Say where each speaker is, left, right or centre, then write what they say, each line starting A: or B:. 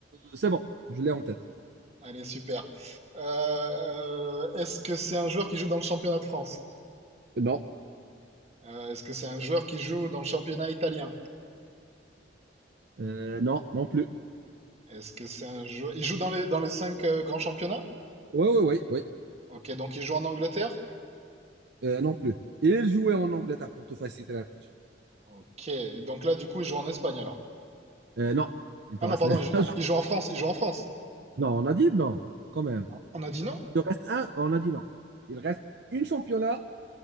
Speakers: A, on the right; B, on the right.
A: c'est bon, je l'ai en tête.
B: Allez, super. Euh, euh, est-ce que c'est un joueur qui joue dans le championnat de France?
A: Non,
B: Euh, est-ce que c'est un joueur qui joue dans le championnat italien?
A: Euh, non, non plus.
B: Est-ce que c'est un joueur... Il joue dans les, dans les cinq euh, grands championnats?
A: Oui, oui, oui, oui.
B: Ok, donc il joue en Angleterre?
A: Euh, non plus. Il jouait en Angleterre pour te faciliter la tâche.
B: Ok, donc là, du coup, il joue en Espagne alors.
A: Euh, non, il te
B: Ah non,
A: reste.
B: pardon, il joue,
A: <laughs>
B: il joue en France, il joue en France.
A: Non, on a dit non, quand même.
B: Ah, On a dit non?
A: Il en reste un, oh, on a dit non. Il reste une championnat